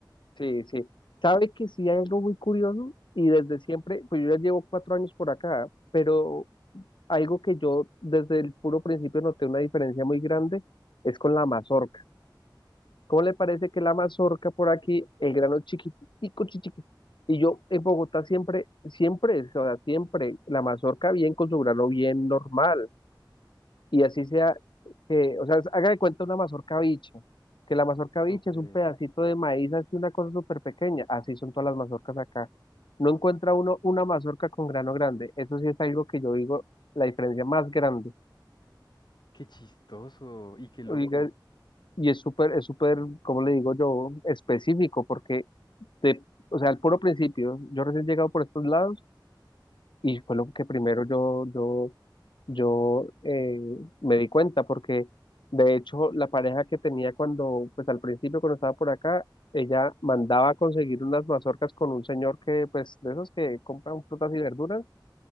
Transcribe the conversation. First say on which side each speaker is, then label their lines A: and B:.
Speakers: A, on the left; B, on the left.
A: Sí, sí. ¿Sabe que sí hay algo muy curioso? Y desde siempre, pues yo ya llevo cuatro años por acá, pero algo que yo desde el puro principio noté una diferencia muy grande es con la mazorca. ¿Cómo le parece que la mazorca por aquí, el grano chiquitico, chiquitico? Y yo en Bogotá siempre, siempre, o sea, siempre, la mazorca bien con su grano bien normal. Y así sea, que, o sea, haga de cuenta una mazorca bicha, que la mazorca bicha
B: Ok,
A: es un pedacito de maíz, así una cosa súper pequeña. Así son todas las mazorcas acá. No encuentra uno una mazorca con grano grande. Eso sí es algo que yo digo, la diferencia más grande.
B: qué chistoso y qué
A: Oiga,
B: loco.
A: y es súper, es súper, ¿cómo le digo yo? Específico, porque, te, o sea, al puro principio, yo recién llegado por estos lados y fue lo que primero yo, yo, yo eh, me di cuenta, porque de hecho la pareja que tenía cuando, pues al principio cuando estaba por acá, ella mandaba a conseguir unas mazorcas con un señor que, pues, de esos que compran frutas y verduras